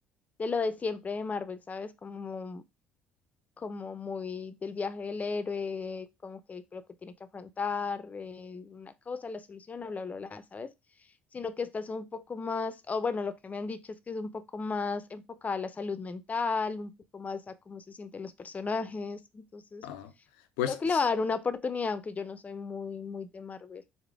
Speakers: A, on the left; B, on the left.
A: de lo de siempre de Marvel, ¿sabes? Como como muy del viaje del héroe, como que lo que tiene que afrontar, eh, una cosa, la soluciona, bla, bla, bla, ¿sabes? Sino que estás un poco más, o bueno, lo que me han dicho es que es un poco más enfocada a la salud mental, un poco más a cómo se sienten los personajes, entonces
B: Ah. Pues
A: creo que
B: s-
A: le va a dar una oportunidad, aunque yo no soy muy, muy de Marvel.